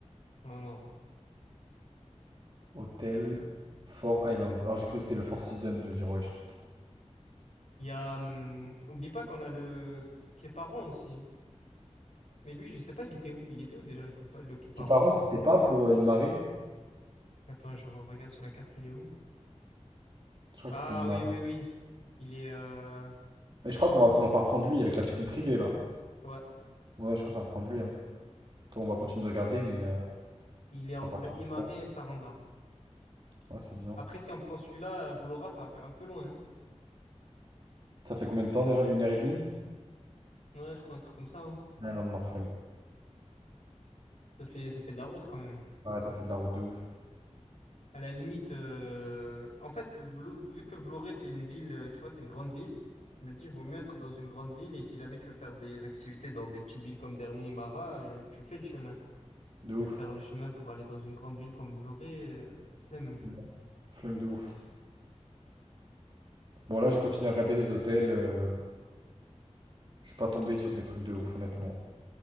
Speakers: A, on the left (about 75°); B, on the right (about 45°).
A: Non,
B: Hôtel Four Islands. Ah, j'ai cru que c'était le Four Seasons, je vais dire wesh.
A: Il y a. hum, oublie pas qu'on a le Képaron aussi. Mais lui, je sais pas, il était où? Il était où déjà le, Képa- le Képaron
B: Tes parents, c'était pas pour euh, Imare?
A: Attends, je regarde sur la carte, il est où?
B: Je crois
A: Ah
B: que c'était Imare.
A: oui, oui, oui. Il est euh...
B: Mais je crois qu'on va finir par prendre lui avec la piscine privée là.
A: ouais,
B: Ouais, je crois que ça va prendre lui. Hein. Toi, on va continuer de regarder, mais euh,
A: il est entre
B: ça va partir
A: Imare
B: comme ça.
A: et Saranda.
B: Ouais, c'est bien.
A: Après, si on prend celui-là, euh, Vlora, ça va faire un peu loin.
B: Ça fait combien de temps déjà? Une heure et demie?
A: hein. Ouais, je crois un truc comme ça. hein.
B: Ouais, Non, non, non, flemme.
A: Ça fait, ça fait de la route quand même.
B: Ouais, ça fait de la route de ouf.
A: À la limite, euh, en fait, Vlo- vu que Vloré, c'est une ville, euh, tu vois, c'est une grande ville, je me dis, il vaut mieux être dans une grande ville. Et si jamais tu veux faire des activités dans des petites villes comme Dermi et Mara, euh, tu fais le chemin.
B: De ouf.
A: Mais faire le chemin pour aller dans une grande ville comme Vloré, euh, flemme un peu.
B: Non. Flemme de ouf. Bon, là, j'ai continué à regarder les hôtels. euh, Je suis pas tombé sur des trucs de ouf, honnêtement.